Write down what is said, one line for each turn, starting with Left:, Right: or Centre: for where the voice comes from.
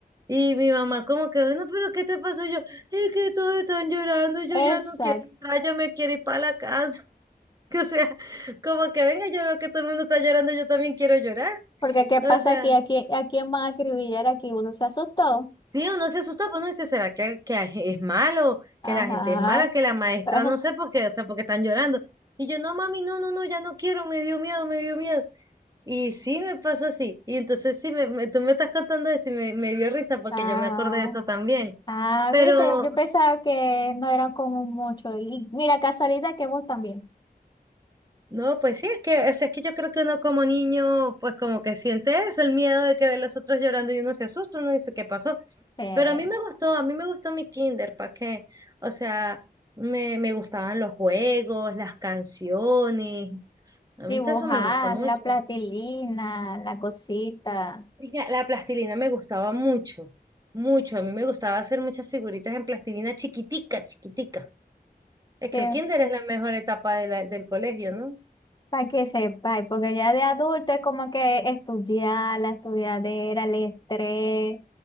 Right: Y mi mamá como que, bueno, pero ¿qué te pasó? Y Yo, es que todos están llorando, yo
Left: Exacto.
Right: ya no quiero entrar, yo me quiero ir para la casa. <laughs> Que, o sea, como que venga, yo veo que todo el mundo está llorando, yo también quiero llorar.
Left: Porque qué
Right: O
Left: pasa
Right: sea,
Left: aquí, a quién, a quién van a acribillar aquí, uno se asustó.
Right: sí, uno se asusta, pues uno dice, ¿será que, que es malo? Que
Left: Ajá.
Right: la gente es mala, que la maestra,
Left: <laughs>
Right: no sé por qué, o sea, porque están llorando. Y yo, no, mami, no, no, no, ya no quiero, me dio miedo, me dio miedo. Y sí me pasó así. Y entonces sí, me, me- tú me estás contando eso y me, me dio risa porque
Left: ah
Right: yo me acordé de eso también.
Left: Ah,
Right: Pero
Left: viste, yo pensaba que no eran como mucho. Y mira, casualidad que vos también.
Right: no, pues sí, es que, o sea, es que yo creo que uno como niño, pues como que siente eso, el miedo de que ve a los otros llorando y uno se asusta, uno dice, ¿qué pasó?
Left: Eh,
Right: Pero a mí me gustó, a mí me gustó mi kinder, ¿para qué? O sea, me, me gustaban los juegos, las canciones. A
Left: dibujar,
Right: mí todo eso me gustó mucho.
Left: la platilina, la cosita.
Right: Chica, La plastilina me gustaba mucho, mucho. A mí me gustaba hacer muchas figuritas en plastilina chiquitica, chiquitica.
Left: Sí,
Right: Es que el kinder es la mejor etapa de la- del colegio, ¿no?
Left: para que sepáis, porque ya de adulto es como que estudiar, la estudiadera, el estrés,